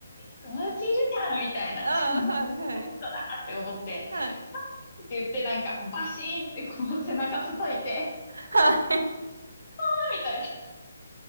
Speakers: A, on the left; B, on the right.
A: 友達いるじゃんみたいな。
B: ああ、
A: しかも、
B: はいはい。
A: あって思って、
B: はい。
A: って言ってなんか、バシーンってこう背中叩いて、
B: はい。
A: あみたいな、何し